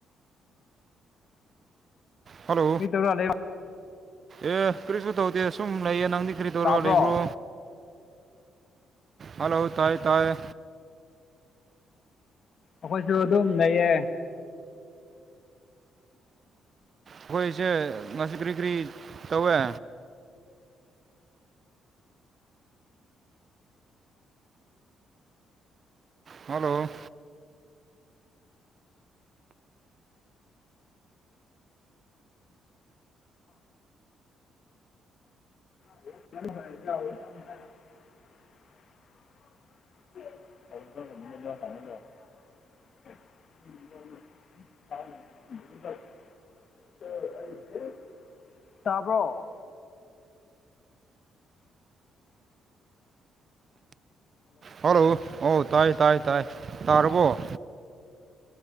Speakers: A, on the right; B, on the left.
A: ꯍꯜꯂꯣ
B: ꯃꯤ <unintelligible>
A: ꯑꯦ ꯀꯔꯤꯁꯨ ꯇꯧꯗꯦ ꯁꯨꯝ ꯂꯩꯌꯦ ꯅꯪꯗꯤ ꯀꯔꯤ ꯇꯧꯔꯒ
B: ꯇꯥꯕ꯭ꯔꯣ
A: ꯂꯩꯕ꯭ꯔꯣ ꯍꯜꯂꯣ ꯇꯥꯏ ꯇꯥꯏꯌꯦ
B: ꯑꯈꯣꯏꯁꯨ ꯑꯗꯨꯝ ꯂꯩꯌꯦ
A: ꯑꯈꯣꯏꯁꯦ ꯉꯁꯤ ꯀ꯭ꯔꯤ ꯀ꯭ꯔꯤ ꯇꯧꯋꯦ ꯍꯜꯂꯣ
B: <unintelligible> <unintelligible> <unintelligible> ꯇꯥꯕ꯭ꯔꯣ
A: ꯍꯜꯂꯣ ꯑꯣ ꯇꯥꯏ ꯇꯥꯏ ꯇꯥꯏ ꯇꯥꯔꯕꯣ